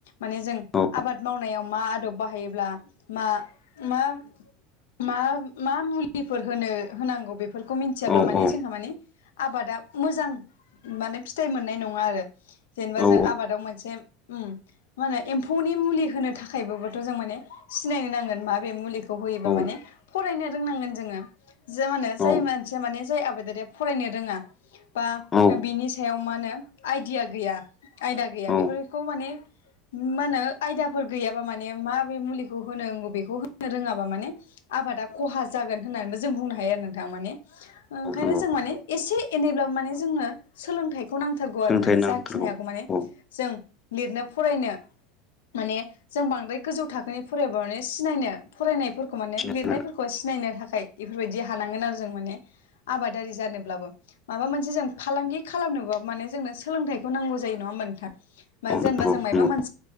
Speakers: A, on the left; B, on the left.
A: माने जों
B: औ
A: आबाद मावनायाव मा आदब बाहायोब्ला मा मा मा मा मुलिफोर होनो होनांगौ बेफोर खौ मिथियाब्ला
B: औ
A: माने
B: औ
A: जोंहा मानि आबादा मोजां माने फिथाइ मोननाय नङा आरो जेनेबा
B: औ
A: जों आबादाव मोनसे उम मा होनो एम्फौनि मुलि होनो थाखाय बाबोथ' जों माने सिनायनो नांगोन माबे मुलिखौ होयोबा
B: औ
A: माने फरायनो रोंनांगोन जोङो। जा माने जाय
B: औ
A: मानसिया मानेजाय आबादारिया फरायनो रोङा बा
B: औ
A: बिनि सायाव मा होनो आइदिया गैया आयदा गैया
B: औ
A: बेफोरखौ माने मा होनो आयदाफोर गैयाबा माने माबे मुलिखौ होनो नांगौ बेखौ होनो रोङाबा माने आबादा खहा जागोन होननानैबो जों बुंनो हायो आरो नोंथां माने ओंखायनो
B: नंगौ
A: जों माने एसे एनैब्ला माने जोंनो सोलोंथाइ खौ नांथारगौ
B: सोलोंथाइ
A: आरो माने
B: नांथारगौ
A: जाखिनिखौ माने
B: औ
A: जों लिरनो फरायनो माने जों बांद्राय गोजौ थाखोनि फरायबा माने सिनायनो फरायनायफोरखौ खौ माने
B: नंगौ
A: लिरनायफोरखौ सिनायनो थाखाय बेफोरबायदि हानांगोन आरो जों माने आबादारि जानोब्लाबो माबा मोनसे जों फालांगि खालामनोबा माने जोंनो सोलोंथाइखौ नांगौ जायो नङा होमा नोंथां। बा
B: नंगौ
A: जेनेबा जों मायबा
B: औ
A: मोन